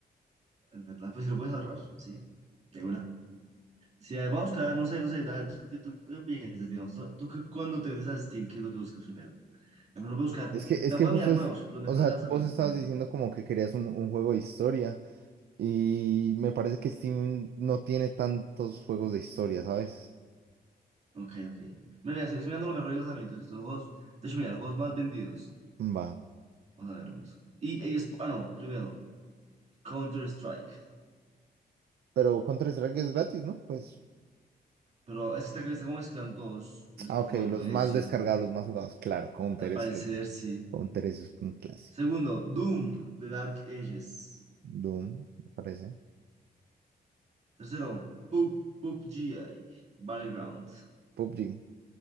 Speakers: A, on the right (about 45°); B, on the right (about 80°).
A: es verdad. Pues si lo puedes ahorrar, sí, de una. Si va a buscar, no sé, no sé, da- ¿tú, qué, tú qué piensas, digamos? ¿Tú, tú qué- cuando te metes a Steam, qué es lo que buscas primero? A mí no voy a buscar,
B: Es que, es
A: no,
B: que
A: voy
B: justo
A: a mirar
B: es,
A: nuevos, los mejores
B: o sea,
A: lanzamientos,
B: vos estabas
A: por ejemplo.
B: diciendo como que querías un, un juego de historia. Y me parece que Steam no tiene tantos juegos de historia, ¿sabes?
A: Ok, ok. Mira, mira, estoy, estoy mirando los mejores lanzamientos, listo, juegos, de hecho, mira, los juegos más vendidos.
B: Va.
A: Vamos a verlos. Y, y es- ah, no, primero, Counter-Strike.
B: Pero Counter-Strike es gratis, ¿no? Pues
A: Pero es que está, está como mezclando todos. Mez-
B: Ah,
A: co-
B: ok,
A: eh,
B: los más
A: sí,
B: descargados, los más jugados. Claro, Counter
A: al parecer
B: es que sí.
A: sí.
B: Counter es un clásico.
A: Segundo, Doom de Dark Ages.
B: Doom, me parece.
A: Tercero, Pub- PUBG Battleground.
B: PUBG.